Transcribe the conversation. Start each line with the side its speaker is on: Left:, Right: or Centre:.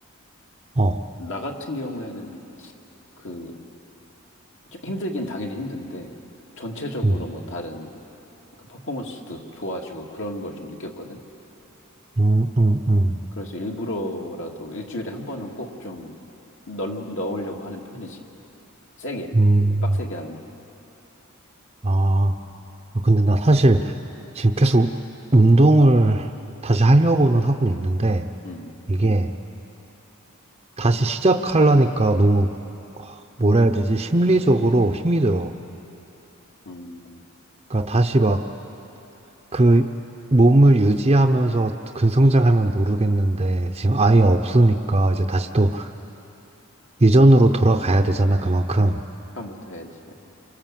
Right: 어,
Left: 나 같은 경우에는 그, 좀 힘들긴 당연히 힘든데, 전체적으로
Right: 음,
Left: 뭐 다른 그 퍼포먼스도 좋아지고 그런 걸 좀 느꼈거든?
Right: 음, 음, 음,
Left: 그래서 일부러라도 일주일에 한 번은 꼭 좀 넣으려고 하는 편이지. 세게,
Right: 음.
Left: 빡세게 하는 거.
Right: 아, 아, 근데 나 사실 지금 계속 운동을 다시 하려고는 하고는 있는데
Left: 음,
Right: 이게 다시 시작하려니까 너무 뭐라 해야 되지? 심리적으로 힘이 들어.
Left: 음,
Right: 그러니까 다시 막 그 몸을 유지하면서 근성장하면 모르겠는데 지금 아예 없으니까 이제 다시 또 이전으로 돌아가야 되잖아, 그만큼.
Left: 처음부터 해야지. 어.